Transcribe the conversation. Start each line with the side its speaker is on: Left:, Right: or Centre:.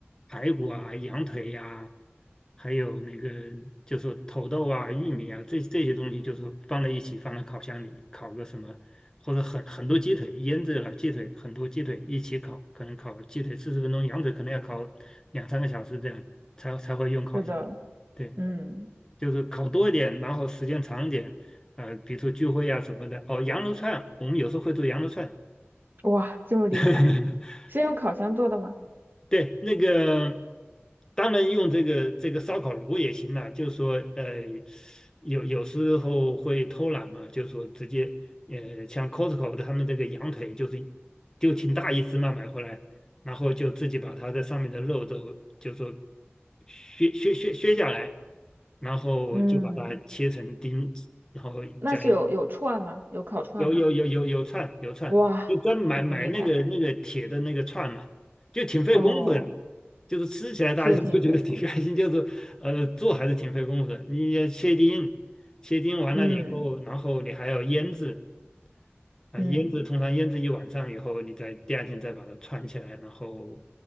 Left: 排骨啊、羊腿呀、还有那个就是土豆啊、玉米啊，这这些东西就是放在一起，放在烤箱里烤个什么，或者很很多鸡腿腌制了鸡腿，很多鸡腿一起烤，可能烤鸡腿四十分钟，羊腿可能要烤两三个小时这样才才会用烤箱。
Right: 是的，
Left: 对，
Right: 嗯，
Left: 就是烤多一点，然后时间长一点，呃，比如说聚会啊什么的。哦，羊肉串，我们有时候会做羊肉串。
Right: 哇，这么厉害，
Left: <laughs>
Right: 是用烤箱做的吗？
Left: 对，那个当然用这个这个烧烤炉也行啦，就是说，呃，有有时候会偷懒嘛，就是说直接，呃，像 Costco 的他们这个羊腿就是就挺大一只嘛，买回来，然后就自己把它的上面的肉都就说削削削削下来，然后就把它切成丁，
Right: 嗯，
Left: 然后再
Right: 那是有有串吗？有烤串吗？
Left: 有有有有有串有串，
Right: 哇，
Left: 就专门买买那个那个铁的那个串嘛，
Right: 这么厉害。
Left: 就挺费功夫的。
Right: 哦，
Left: 就是吃起来大家都觉得挺开心，
Right: 是挺肥的，
Left: 就是呃做还是挺费功夫的。你要切丁，切丁完了以后，
Right: 嗯
Left: 然后你还要腌制啊，
Right: 嗯，
Left: 腌制通常腌制一晚上以后，你再第二天再把它串起来，然后